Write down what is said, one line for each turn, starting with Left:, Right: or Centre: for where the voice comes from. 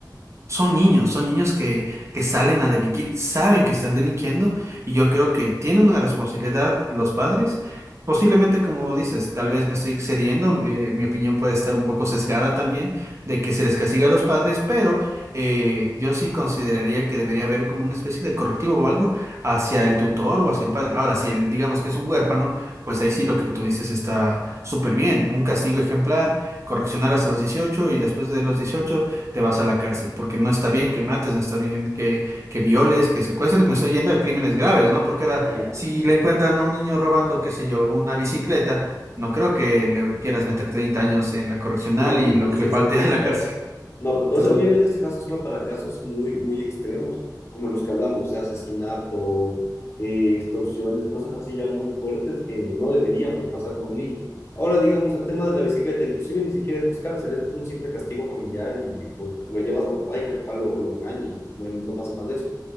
Right: son niños, son niños que, que salen a delinquir, saben que están delinquiendo y yo creo que tiene una responsabilidad los padres. Posiblemente, como dices, tal vez me estoy excediendo, eh, mi opinión puede estar un poco sesgada también de que se les castiga a los padres, pero eh, yo sí consideraría que debería haber como una especie de correctivo o algo hacia el tutor o hacia el padre. Ahora, si él, digamos que es un huérfano, pues ahí sí lo que tú dices está súper bien, un castigo ejemplar, correccionar hasta los 18 y después de los 18 te vas a la cárcel, porque no está bien que mates, no está bien que, que violes, que secuestres, me estoy yendo a crímenes graves, ¿no? Porque ahora,
Left: Claro,
Right: si le encuentran a un niño robando, qué sé yo, una bicicleta, no creo que le quieras meter 30 años en la correccional
Left: no, no,
Right: y lo que
Left: sí,
Right: le falte
Left: sí, sí,
Right: <laughs> a la
Left: claro.
Right: cárcel.
Left: No, pues,
Right: Entonces,
Left: o sea, obviamente este caso es solo para casos muy, muy extremos, como los que hablamos, o sea, asesinato, eh, extorsiones, cosas así ya muy fuertes que no deberían pues pasar por un niño. Ahora, digamos, el tema de la bicicleta, inclusive ni siquiera es pues, cárcel, esto es un simple castigo familiar y pues te lo llevas al papá y que el papá lo, lo regañe y no, no pasa más de eso